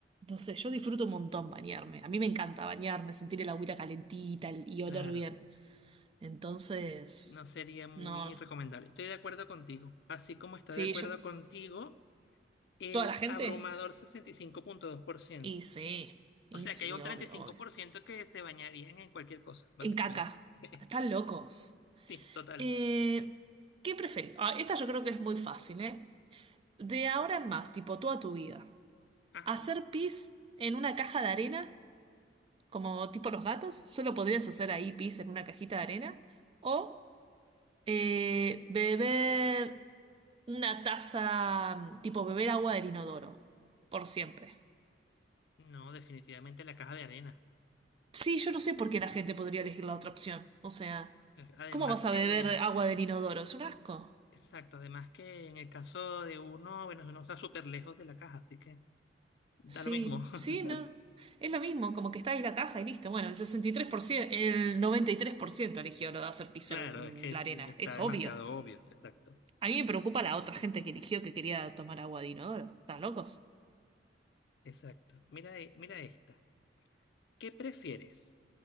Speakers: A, on the right; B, on the left.
A: no sé, yo disfruto un montón bañarme. A mí me encanta bañarme, sentir el agüita calentita el- y oler
B: Claro.
A: bien. Entonces,
B: No sería muy
A: no,
B: recomendable. Estoy de acuerdo contigo. Así como está
A: sí,
B: de acuerdo
A: yo,
B: contigo el
A: toda la gente.
B: abrumador sesenta y cinco punto dos por ciento
A: Y sí, y
B: O sea
A: sí,
B: que hay un
A: obvio,
B: treinta y cinco
A: obvio.
B: por ciento que se bañarían en cualquier cosa, básicamente.
A: En caca,
B: <laughs>
A: están locos.
B: Sí, total.
A: Eh, ¿qué preferís? Ah, esta yo creo que es muy fácil, ¿eh? De ahora en más, tipo toda tu vida.
B: Ajá.
A: ¿Hacer pis en una caja de arena? como tipo los gatos, solo podrías hacer ahí pis en una cajita de arena o eh, beber una taza, mm, tipo beber agua del inodoro, por siempre.
B: No, definitivamente la caja de arena.
A: Sí, yo no sé por qué la gente podría elegir la otra opción. O sea,
B: Además
A: ¿cómo vas
B: que,
A: a beber agua del inodoro? Es un asco.
B: exacto, además que en el caso de uno, bueno, uno está súper lejos de la caja, así que da
A: Sí,
B: lo mismo. <laughs>
A: sí, no. Es lo mismo, como que está ahí la caja y listo. Bueno, el 63%, el 93% eligió lo de hacer pis
B: Claro,
A: en
B: es que eh,
A: la arena.
B: está
A: Es
B: demasiado
A: obvio.
B: obvio, exacto.
A: A mí me preocupa la otra gente que eligió que quería tomar agua de inodoro. ¿Están locos?
B: Exacto. Mira, e- mira esta. ¿Qué prefieres?